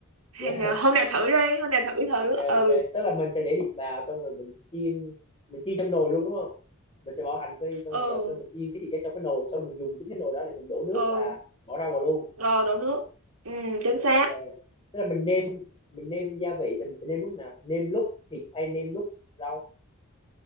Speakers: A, on the right (about 80°); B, on the left (about 25°).
A: hay
B: dạ
A: nhờ hôm nay thử đi hôm nay thử thử
B: ok
A: ừ
B: ok tức là mình sẽ để thịt vào xong rồi mình chiên mình chiên trong nồi luôn đúng không mình sẽ bỏ hành phi xong
A: ừ
B: rồi dầu xong mình chiên cái thịt ra trong cái nồi xong mình dùng chính cái nồi đó để mình đổ nước
A: ừ
B: và bỏ rau vào luôn
A: rồi đổ nước ừ chính
B: ok
A: xác
B: tức là mình nêm mình nêm gia vị thì mình sẽ nêm lúc nào nêm lúc thịt hay nêm lúc rau